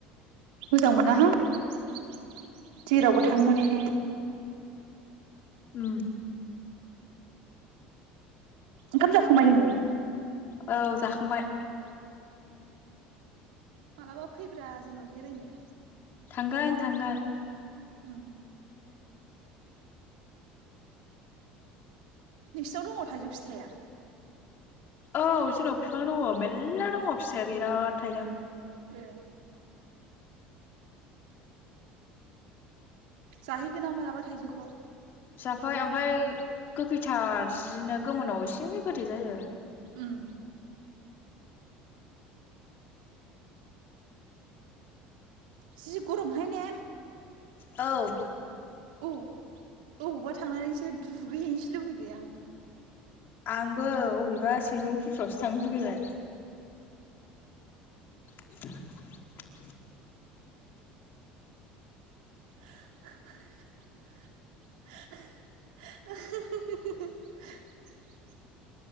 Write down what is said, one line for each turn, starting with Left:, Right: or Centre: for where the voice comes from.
Right: मोजां मोनाहां जेरावबो थांनो मोनैखायनो
Left: उ
Right: ओंखाम जाखांबाय नोङो
Left: औ जाखांबाय
Right: ए मालाबा फैब्रा जोंनाव बेरायनो
Left: थांगोन थांगोन
Right: उ नोंसोनाव दङ थाइजौ फिथाइया
Left: औ जोंनाव बिफां दङ मेलला दङ फिथाइया बिराद थाइदों
Right: ए जाहैगोन आं मालाबा थाइजौखौ
Left: जाफै ओमफ्राय गोखैथार जिनो गोमोनाव एसे गोदै जायो
Right: उम जि गरमहाय ने
Left: औ
Right: औ अबावबा थांनानैसो दुगैहैनोसो लुबैबाय आं।
Left: आंबो अबेबा सैमां फ्रावसो थांनो लोगैबाय। <unintelligible>
Right: <unintelligible>